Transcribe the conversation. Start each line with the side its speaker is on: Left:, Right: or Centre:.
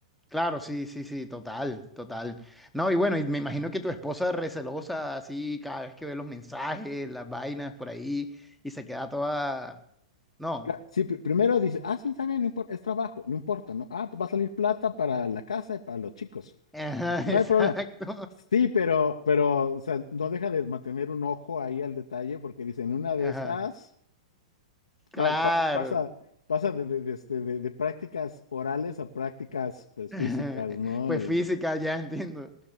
Centre: Claro, sí, sí, sí, total, total. No, y bueno, y me imagino que tu esposa es recelosa así cada vez que ve los mensajes, las vainas por ahí y se queda toda... No.
Left: Mira, Sí, pri- primero dice, ah, sí, está bien, no importa, es trabajo, no importa, ¿no? Ah, pues va a salir plata para la casa y para los chicos,
Centre: Ajá,
Left: no
Centre: <laughs>
Left: hay problema.
Centre: exacto.
Left: Sí, pero, pero, o sea, no deja de mantener un ojo ahí al detalle porque dicen, una
Centre: Ajá.
Left: de estas...
Centre: Claro.
Left: pa- pa- pasa, pasa de, de- de este, de- de prácticas orales a prácticas pues,
Centre: <laughs>
Left: físicas, ¿no?
Centre: Pues
Left: Y-
Centre: física, ya entiendo.